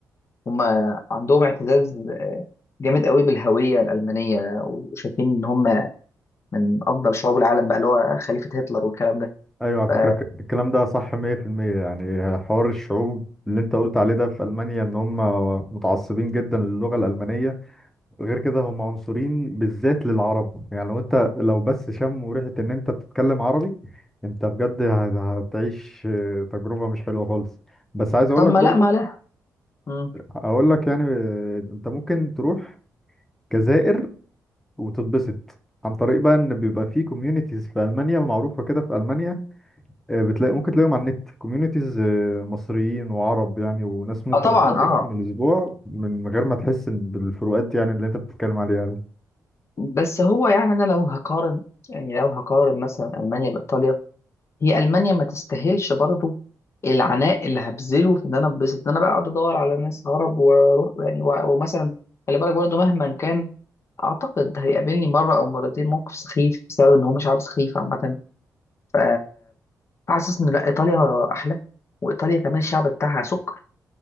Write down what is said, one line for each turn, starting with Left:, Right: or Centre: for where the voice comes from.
Left: هم عندهم اعتزاز جامد قوي بالهويه الالمانيه وشايفين ان هم من افضل شعوب العالم بقى اللي هو خليفه هتلر والكلام ده
Centre: ايوه على
Left: ف
Centre: فكرة ك- الكلام ده صح 100% يعني حوار الشعوب اللي انت قلت عليه ده في المانيا ان هم متعصبين جدا للغة الالمانية غير كده هم عنصرين بالذات للعرب يعني لو انت لو بس شم وريحة ان انت بتتكلم عربي انت بجد هت- هتعيش آه، تجربة مش حلوة خالص بس عايز اقولك
Left: طب ما
Centre: برضو
Left: لا ما لا مم.
Centre: اقول لك يعني آه، انت ممكن تروح جزائر وتتبسط عن طريق بقى ان بيبقى في كوميونيتيز في المانيا معروفة كده في المانيا آه، بتلاقي ممكن تلاقيهم على النت كوميونيتيز مصريين وعرب يعني وناس ممكن
Left: اه طبعا
Centre: تقضي
Left: اه
Centre: معاهم الاسبوع من غير ما تحس بالفروقات يعني اللي انت بتتكلم عليها دي.
Left: بس هو يعني انا لو هقارن يعني لو هقارن مثلا المانيا بايطاليا هي المانيا ما تستاهلش برضو العناء اللي هبذله في ان انا انبسط ان انا بقى اقعد ادور على ناس عرب واروح يعني و- ومثلا خلي بالك برضو مهما كان اعتقد هيقابلني مره او مرتين موقف سخيف بسبب ان هم شعب سخيف عامه ف- فحاسس ان لا ايطاليا احلى وايطاليا كمان الشعب بتاعها سكر